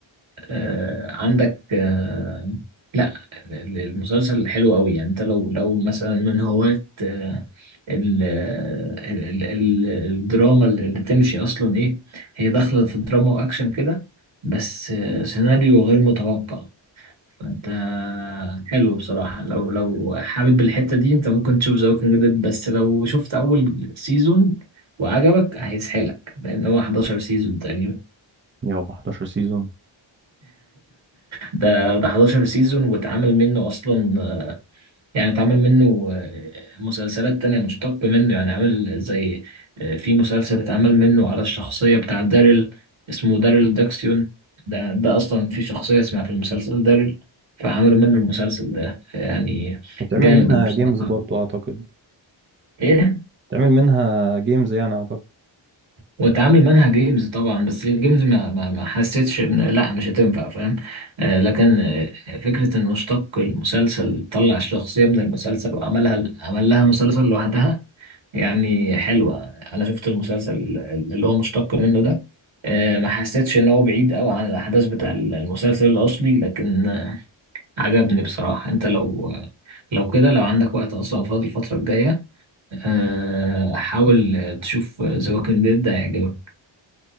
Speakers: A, on the right; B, on the right.
A: آه، عندك آه، لا ال- المسلسل حلو قوي يعني انت لو لو مثلا من هواة آه، ال- ال- ال- الدراما اللي تمشي اصلا ايه هي داخله في دراما واكشن كده بس آه، سيناريو غير متوقع فانت حلو بصراحه لو لو حابب الحته دي انت ممكن تشوف ذا ووكينج ديد بس لو شفت اول سيزون وعجبك هيسحلك لان هو 11 سيزون تقريبا
B: 111 سيزون
A: ده ده 11 سيزون واتعمل منه اصلا آه، يعني اتعمل منه آه، مسلسلات تانية مشتق منه يعني عامل زي آه، في مسلسل اتعمل منه على الشخصية بتاع داريل اسمه داريل داكسيون ده ده اصلا في شخصية اسمها في المسلسل داريل فعملوا منه المسلسل ده يعني
B: وتعمل
A: جامد
B: منها
A: وبصراحة
B: جيمز برضو اعتقد
A: ايه
B: تعمل منها جيمز يعني اعتقد
A: واتعامل منها جيمز طبعا بس الجيمز ما, ما, ما حسيتش ان لا مش هتنفع فاهم آه لكن آه، فكرة ان اشتق المسلسل طلع الشخصية من المسلسل وعملها عمل لها مسلسل لوحدها يعني حلوة انا شفت المسلسل اللي هو مشتق منه ده آه ما حسيتش ان هو بعيد قوي عن الاحداث بتاع المسلسل الاصلي لكن آه، عجبني بصراحة انت لو لو كده لو عندك وقت اصلا فاضي الفترة الجاية آه، حاول تشوف ذا ووكينج ديد ده هيعجبك